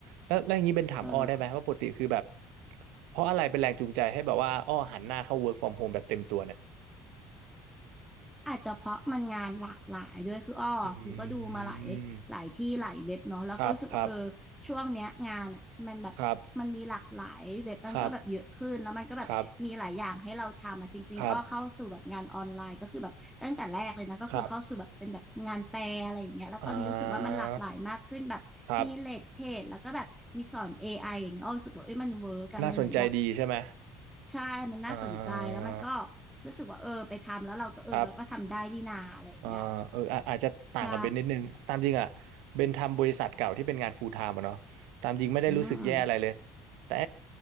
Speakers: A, on the right; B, in the centre.
A: แล้วแล้วอย่างนี้เป็นถามอ้อได้ไหมว่าปกติคือแบบ
B: เออ
A: เพราะอะไรเป็นแรงจูงใจให้แบบว่าอ้อหันหน้าเข้า work from home แบบเต็มตัวเนี่ย
B: อาจจะเพราะมันงานหลากหลายด้วยคืออ้อคือก็ดูมาหลายหลายที่หลายเว็บเนาะแล้วก็รู้สึกว่าเออช่วงเนี้ยงานอ่ะมันแบบมันมีหลากหลายเว็บมันก็แบบเยอะขึ้นแล้วมันก็แบบมีหลายอย่างให้เราทำอ่ะจริงๆอ้อเข้าสู่แบบงานออนไลน์ก็คือแบบตั้งแต่แรกเลยนะก็คือเข้าสู่แบบเป็นแบบงานแปลอะไรอย่างเงี้ยแล้วตอนนี้รู้สึกว่ามันหลากหลายมากขึ้นแบบมีเลดเพจแล้วก็แบบมีสอน
A: อืม ครับครับครับครับครับครับครับอ่าครับ
B: AI อไออย่างเงี้ยอ้อรู้สึกว่าเอ้ยมันเวิร์กอะมันเหมือนแบบ
A: น่าสนใจดีใช่ไหม
B: ใช่ มันน่าสนใจ
A: อ่า
B: แล้วมันก็รู้สึกว่าเออไปทำแล้วเราก็เออเราก็ทำได้ดีนาอะไรอย่างเงี้ย
A: ครับ อ่าเอออาอาจจะต่างกับเบนนิดนึงตามจริงอ่ะเบนทำบริษัทเก่าที่เป็นงานฟูลไทม์อะเนาะตามจริงไม่ได้รู้สึกแย่อะไรเลย
B: ใช่อืม
A: แต่